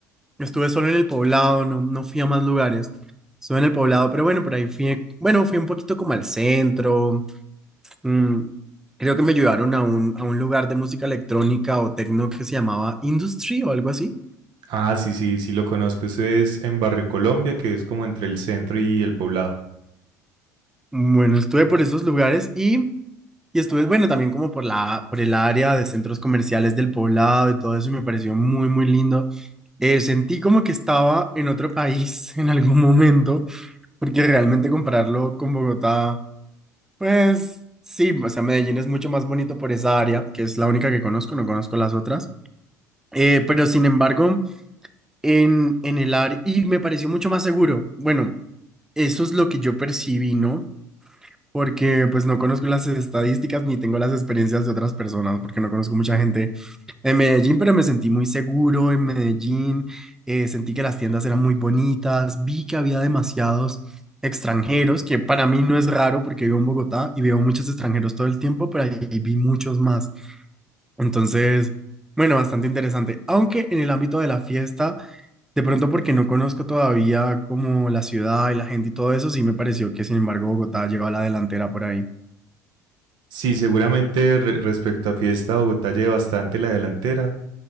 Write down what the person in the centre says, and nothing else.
Estuve solo en el poblado, no, no fui a más lugares. Estuve en el poblado, pero bueno, por ahí fui, bueno, fui un poquito como al centro. mm, creo que me llevaron a un, a un lugar de música electrónica o techno que se llamaba Industry o algo así.
Bueno, estuve por esos lugares y, y estuve, bueno, también como por la, por el área de centros comerciales del poblado y todo eso, y me pareció muy, muy lindo. Eh, sentí como que estaba en otro país <laughs> en algún momento, porque realmente compararlo con Bogotá Pues sí, o sea, Medellín es mucho más bonito por esa área, que es la única que conozco, no conozco las otras. Eh, pero sin embargo, en, en el área, y me pareció mucho más seguro. Bueno, eso es lo que yo percibí, ¿no? porque pues no conozco las estadísticas ni tengo las experiencias de otras personas, porque no conozco mucha gente en Medellín, pero me sentí muy seguro en Medellín, eh, sentí que las tiendas eran muy bonitas, vi que había demasiados extranjeros, que para mí no es raro porque vivo en Bogotá y veo muchos extranjeros todo el tiempo, pero ahí vi muchos más. Entonces, bueno, bastante interesante, aunque en el ámbito de la fiesta... De pronto porque no conozco todavía como la ciudad y la gente y todo eso, sí me pareció que sin embargo Bogotá lleva a la delantera por ahí.